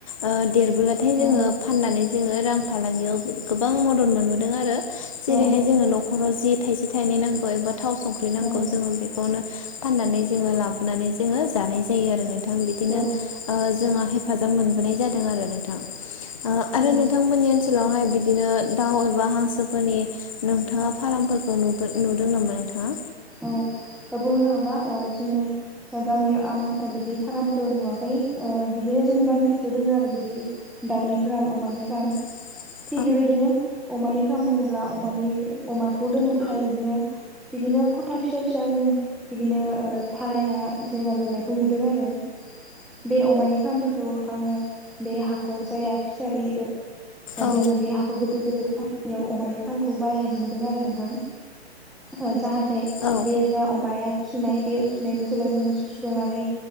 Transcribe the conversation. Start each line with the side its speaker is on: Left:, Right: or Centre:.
Left: ओ देरबोलाथाय जोङो
Centre: औ
Left: फाननानै जोङो रां फालांगियाव गोबां मदद मोनबोदों आरो जेरैहाय
Centre: औ
Left: जोङो न'खराव जि थाइसे थाइनै नांगौ एबा थाव संख्रि नांगौ
Centre: औ
Left: जोङो बेखौनो फाननानै जोङो लाबोनानै जोङो जानाय जायो आरो नोंथां बिदिनो
Centre: औ
Left: ओ जोंहा हे फाजाब मोनबोनाय जादों ओ आरो नोंथां आरो
Centre: औ
Left: नोंथांमोननि ओनसोलावहाय बिदिनो दाउ एबा हांसोफोरनि नोंथाङा फारामफोरखौ नुबो नुदों नामा नोंथाङा
Centre: औ <unintelligible> जुनि गामियाव आं बिदि फारामफोर नुवाखै ओ बिदिनो जोंनि गामि खाथियाव दङ आरो बिदि दाउनि फ्राम अमानि फ्राम
Left: <unintelligible>
Centre: थिग बेबायदिनो अमानि फार्म बुङोब्ला अमानि अमाखौ दोननो थाखाय बिदिनो बिदिनो था फिसा फिसा जों बिदिनो थालायना जेनेबा लुनायखौ नुदों आरो बे अमानि फार्मफोरखौ आङो बे हाखर जाया फिसारि
Left: औ नंगौ औ
Centre: दङ बे हाखर गिदिर गिदिर खानियाव अमानि फार्खौ बानायनायखौ नुदों आरो नोंथां ओ जाहाथे
Left: औ
Centre: बे जा अमाया खिनाय बे खिनायखौ जेब्ला जोङो सुस्रोननानै